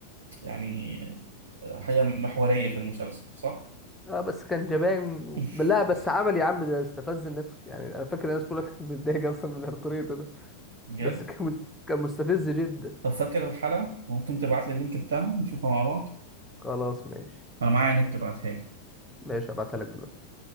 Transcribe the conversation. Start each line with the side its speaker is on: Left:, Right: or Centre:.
Right: يعني حاجة محورية في المسلسل صح؟
Centre: اه بس كان جبان و-
Right: <laughs>
Centre: لا بس عمل يا عم ده استفز الناس يعني انا فاكر الناس كلها كانت متضايقه اصلا من ارتوريتو ده
Right: بجد؟
Centre: بس كان مس- كان مستفز جدا
Right: طب فاكر الحلقة؟ ممكن تبعت لي اللينك بتاعها نشوفها مع بعض؟
Centre: خلاص ماشي
Right: أنا معايا نت تبعتها لي
Centre: ماشي هبعتها لك دلوقتي